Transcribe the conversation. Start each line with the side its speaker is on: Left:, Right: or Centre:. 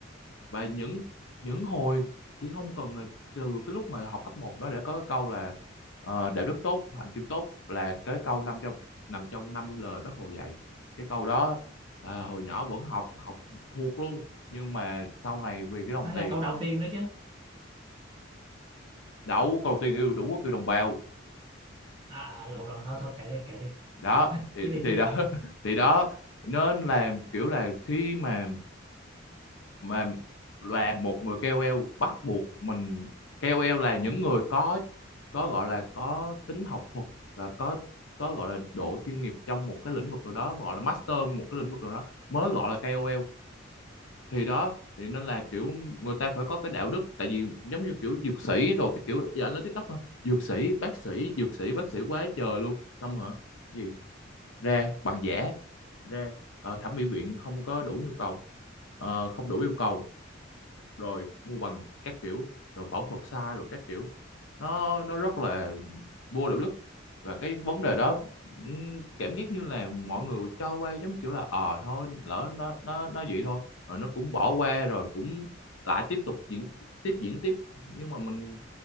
Left: và những những hồi chỉ không cần là từ cái lúc mà học cấp một đó để có cái câu là ờ, đạo đức tốt hạnh kiểm tốt là cái câu nằm trong nằm trong năm lời bác Hồ dạy cái câu đó à, hồi nhỏ vẫn học học thuộc luôn nhưng mà sau này vì cái đồng
Right: đó
Left: tiền
Right: là câu đầu tiên đó chứ
Left: đấu cầu tiền yêu đủ quốc yêu đồng bào
Right: à à, lộn lộn thôi thôi kệ đi kệ đi
Left: đó thì
Right: tiếp đi
Left: thì
Right: tiếp đi
Left: đó <laughs> thì đó nên là kiểu là khi mà mà là một người KOL bắt buộc mình KOL là những người có có gọi là có tính học thuật và có có gọi là độ chuyên nghiệp trong một cái lĩnh vực nào đó gọi là master một cái lĩnh vực nào đó mới gọi là KOL thì đó thì nên là kiểu người ta phải có cái đạo đức tại vì giống như kiểu dược sĩ đồ cái kiểu dạ anh lên TikTok hả dược sĩ bác sĩ dược sĩ bác sĩ quá trời luôn xong hả gì ra bằng giả ra ờ, thẩm mỹ viện không có đủ nhu cầu Ờ, không đủ yêu cầu rồi mua bằng các kiểu rồi phẫu thuật sai rồi các kiểu nó nó rất là vô đạo đức và cái vấn đề đó ừm, cảm giác như là mọi người cho qua giống kiểu là ờ thôi lỡ nó nó nó vậy thôi rồi nó cũng bỏ qua rồi cũng lại tiếp tục diễn tiếp diễn tiếp nhưng mà mình